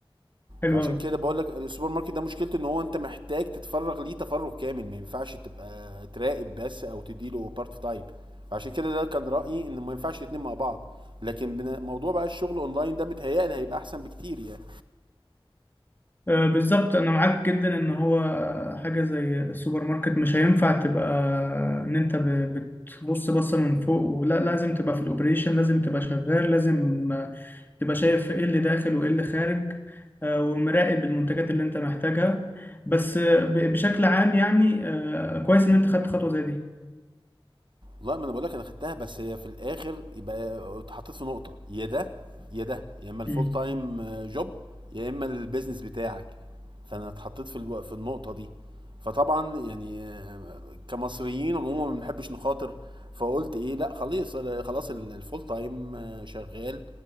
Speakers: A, on the left (about 20°); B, on the right (about 55°).
A: حلو
B: فعشان
A: أوي
B: كده بقول لك السوبر ماركت ده مشكلته ان هو انت محتاج تتفرغ ليه تفرغ كامل ما ينفعش تبقى تراقب بس او تديله بارت تايم عشان كده ده كان رأيي ان ما ينفعش الاتنين مع بعض لكن بن- موضوع بقى الشغل اونلاين ده متهيألي هيبقى احسن بكتير يعني
A: آه، بالظبط أنا معاك جدا إن هو حاجة زي السوبر ماركت مش هينفع تبقى إن أنت ب- بتبص بصة من فوق ولا لازم تبقى في الأوبريشن لازم تبقى شغال لازم آه، تبقى شايف إيه اللي داخل وإيه اللي خارج آه، ومراقب المنتجات اللي أنت محتاجها بس آه، ب- بشكل عام يعني آه، كويس إن أنت خدت خطوة زي دي
B: لا ما انا بقول لك انا خدتها بس هي في الاخر يبقى اتحطيت في نقطه يا ده يا ده يا اما الفول
A: امم
B: تايم جوب يا اما البيزنس بتاعك فانا اتحطيت في الو... في النقطه دي فطبعا يعني آه، كمصريين عموما ما بنحبش نخاطر فقلت ايه لا خلاص خلاص ال- الفول تايم آه، شغال